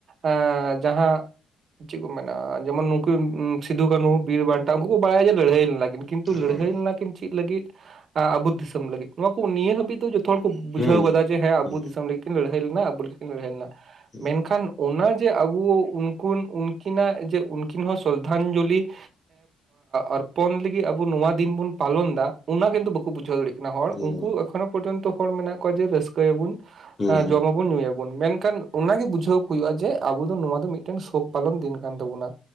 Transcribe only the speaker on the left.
ᱦᱩᱸ
ᱦᱩᱸ
ᱦᱩᱸ
ᱦᱩᱸ
ᱦᱩᱸ
ᱦᱩᱸ ᱦᱩᱸ